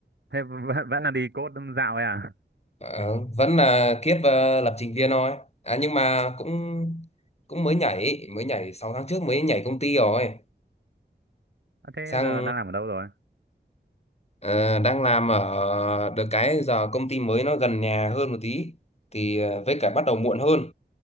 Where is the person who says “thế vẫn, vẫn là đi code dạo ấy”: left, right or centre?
Right